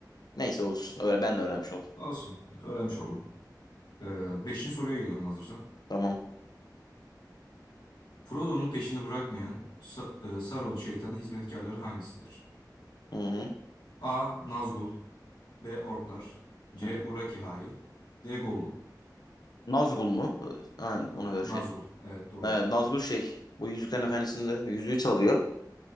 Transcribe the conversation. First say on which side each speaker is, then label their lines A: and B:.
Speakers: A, on the left; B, on the left.
A: Neyse olsun. Öyle ben de öğrenmiş oldum.
B: Olsun. Öğrenmiş oldum. E, beşinci soruya geliyorum hazırsan.
A: Tamam.
B: Frodo'nun peşini bırakmayan Sa- e, Sauron şeytanı hizmetkarları hangisidir?
A: Hı hı.
B: A. Nazgul B. Orklar. C.
A: Hı hı.
B: Urakihai. D. Gollum.
A: Nazgul mu? Ha, ona göre
B: Nazgul.
A: şey.
B: Evet doğru.
A: Evet, Nazgul şey. Bu Yüzüklerin Efendisi'nde yüzüğü çalıyor.